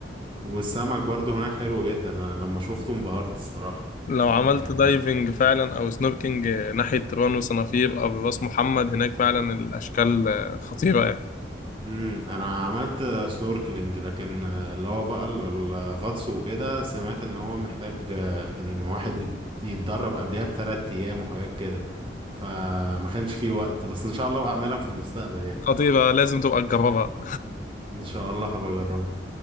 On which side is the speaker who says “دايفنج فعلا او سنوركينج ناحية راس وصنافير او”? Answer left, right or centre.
Left